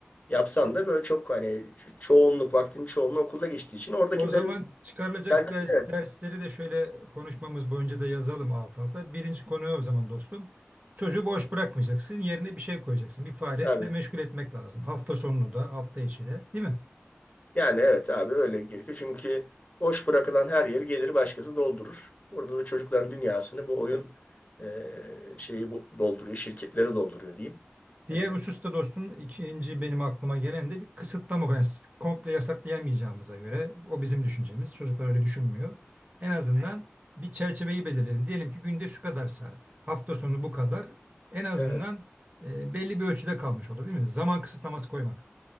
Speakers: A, on the left (about 35°); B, on the right (about 35°).
A: yapsan da böyle çok hani ço- çoğunluk vaktinin çoğunluğu okulda geçtiği için oradakilerin
B: O zaman çıkarılacak
A: tercihleri.
B: ders, dersleri de şöyle konuşmamız boyunca da yazalım alt alta. Birinci konu o zaman dostum. Çocuğu boş bırakmayacaksın. Yerine bir şey koyacaksın. Bir faaliyetle
A: evet.
B: meşgul etmek lazım. Hafta sonunu da, hafta içi de, değil mi?
A: Yani evet abi öyle gerekiyor. Çünkü boş bırakılan her yeri gelir başkası doldurur. Burada da çocukların dünyasını bu oyun e, şeyi bu, dolduruyor, şirketleri dolduruyor diyeyim.
B: Diğer
A: E,
B: hususta dostum ikinci benim aklıma gelen de bir kısıtlama. Yani komple yasaklayamayacağımıza göre o bizim düşüncemiz. Çocuklar öyle düşünmüyor. En azından bir çerçeveyi belirleyelim. Diyelim ki günde şu kadar saat, hafta sonu bu kadar. En azından
A: evet.
B: e, belli bir ölçüde kalmış olur değil mi? Zaman kısıtlaması koymak.